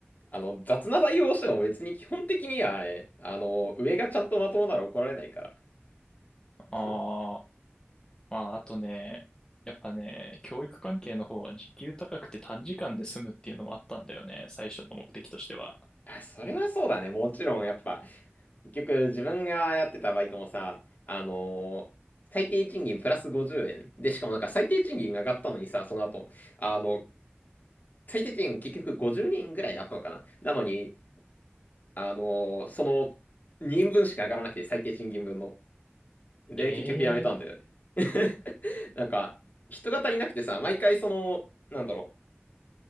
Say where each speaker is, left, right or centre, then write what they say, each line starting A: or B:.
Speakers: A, on the left; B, on the left.
A: あの、雑な対応をしても別に基本的にはね、あの上がちゃんとまともなら怒られないから。
B: ああ、
A: そう。
B: まあ、あとね、やっぱね、教育関係の方は時給高くて短時間で済むっていうのもあったんだよね、最初の目的としては。
A: あ、それはそうだね。もちろん、やっぱ、結局、自分がやってたバイトもさ、あのー最低賃金プラス50円。で、しかもなんか最低賃金が上がったのにさ、その後、あの、最低賃金結局50人ぐらいあったのかな。なのに、あのーその2人分しか上がらなくて、最低賃金分の。で、
B: ええ
A: 結局やめたんだよね。<laughs> なんか、人が足りなくてさ、毎回その、なんだろう。